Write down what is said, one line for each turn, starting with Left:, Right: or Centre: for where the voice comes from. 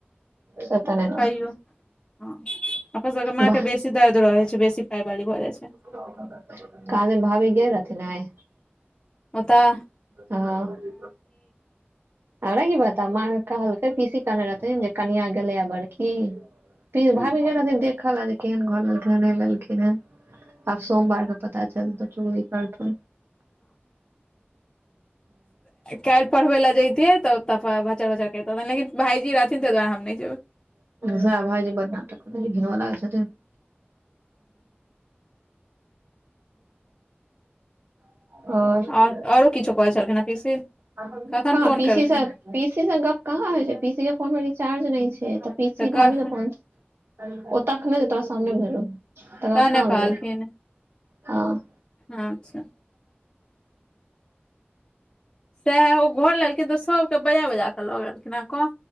Right: से तऽ नहि
Left: कहियो? हं अपना सबके माँ
Right: वाह
Left: के बेसी दर्द रहैत छै बेसी पायवाली भऽ जाइ छै।
Right: <unintelligible> कहा देन भावी गेल रहथिन आय?
Left: ओतह?
Right: हँ- हमरा की पता, माँ के कहलकै पीसी कहने रहथिन जे कनिया गेलैयैऽ बड़की। पी-भाभी
Left: हँ
Right: गेल रहथिन देख <unintelligible> केहन घर लेलखिने नहि लेलखिने आब सोमवार के पता चल तऽ चुगली कर तु।
Left: काल्हि पढ़बै लए जेतिय तऽ तपा भचर भचर करतथिन लेकिन भायजी रहथिन ताहि दुआरे हम नहि जेबै।
Right: सा भायजी बर नाटक करैय छथिन धिनबऽ लगैय छथिन। <inaudible> आओर
Left: आर आरो किछो कहै छलखिन हैं पीसी।
Right: कहाँ
Left: कखन फोन
Right: पी सी
Left: केलखिन
Right: पी सी से गप कहाँ होइ छै पीसी के फोन मे रिचार्ज नहि छै। पी सी
Left: तऽ
Right: भाबी
Left: कह
Right: फोन ओ तखने जे तोरे सामने भेल रहो। तकर बाद
Left: तहने
Right: कहाँ भेलै
Left: कहलखिन
Right: हँ।
Left: अच्छा सएह ओ घर लेलखिन तऽ सभके बजा बजा कऽ लऽ गेलखिन हेँ कह